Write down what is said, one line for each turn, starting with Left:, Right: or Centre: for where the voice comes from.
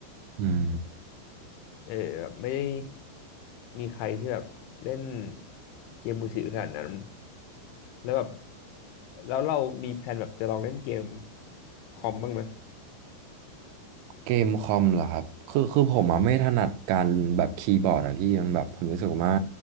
Right: อืม
Left: เออแบบไม่ได้มีใครที่แบบเล่นเกมมือถือขนาดนั้นแล้วแบบแล้วเรามีแพลนแบบจะลองเล่นเกมคอมบ้างไหม
Right: เกมคอมเหรอครับคือคือผมอะไม่ถนัดการแบบคีย์บอร์ดอะพี่มันแบบผมรู้สึกว่า